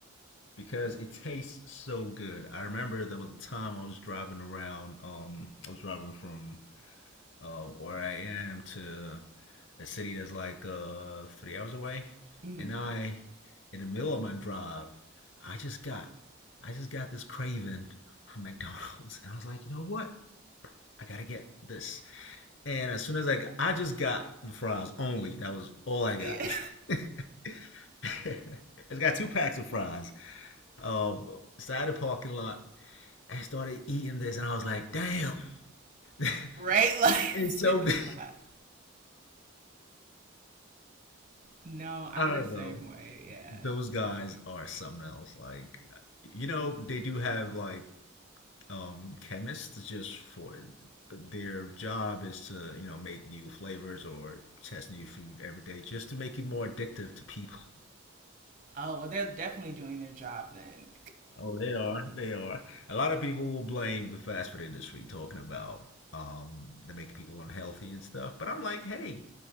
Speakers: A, on the left (about 70°); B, on the right (about 40°).
A: Because it tastes so good. I remember there was a time I was driving around. Um, I was driving from uh, where I am to a city that's like uh, three hours away,
B: Mm-hmm.
A: and I, in the middle of my drive, I just got, I just got this craving for <laughs> McDonald's, and I was like, you know what? I gotta get this. And as soon as I, got, I just got the fries only. That was all I got.
B: Yeah,
A: <laughs> I has got two packs of fries. Um, side of the parking lot. I started eating this, and I was like, damn, <laughs> it's,
B: <laughs> right. Like
A: it's
B: just
A: so
B: hit the
A: good.
B: spot. No,
A: <laughs>
B: I'm
A: I don't
B: the same
A: know.
B: way. Yeah.
A: those guys are something else. Like, you know, they do have like um chemists just for their job is to, you know, make new flavors or test new food every day just to make it more addictive to people.
B: Oh well, they're definitely doing their job then.
A: Oh, they are. They are. A lot of people will blame the fast food industry talking about um they make people unhealthy and stuff. But I'm like, hey,